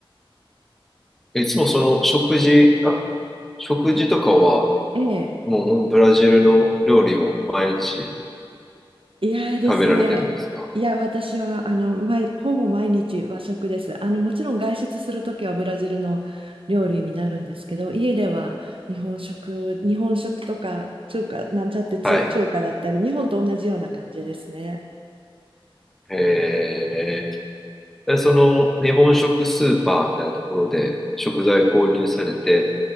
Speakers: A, in the centre; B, on the right.
A: いつもその食事、あ、食事とかは、
B: ええ、
A: もうブラジルの料理を毎日
B: いやーですね。
A: 食べられてるんですか
B: いや、私は、あの、毎、ほぼ毎日和食です。あの、もちろん外出するときはブラジルの料理になるんですけど、家では日本食、日本食とか、中華、なんちゃって中、
A: はい。
B: 中華だったり、日本と同じような感じですね。
A: えー、でその日本食スーパーみたいなところで食材購入されて、